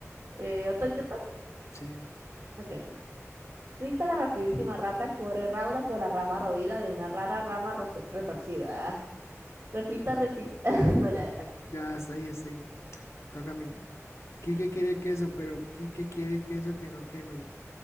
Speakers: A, on the right; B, on the left.
A: Eh, ¿otro intento?
B: Sí,
A: Ok, ok. Rita la rapidísima rata corre rauda por la rama roída de una rara rama retorcida. Ah, Repita, repita. <laughs> No, ya,
B: ya está ahí, está ahí. Toca a mí. Quique quiere queso, pero Quique quiere queso que no queme,